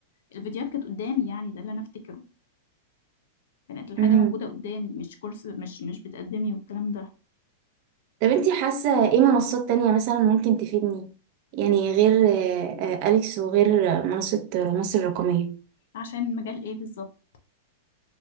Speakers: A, on the left; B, on the right.
A: الفيديوهات كانت قدامي يعني ده اللي انا افتكره كانت الحاجه
B: مم.
A: موجوده قدامي مش كورس مش مش بتقدمي والكلام ده
B: طب انتي حاسة ايه منصات تانية مثلا ممكن تفيدني يعني غير آه، آه، أليكس وغير آه، منصة مصر الرقمية
A: عشان مجال ايه بالظبط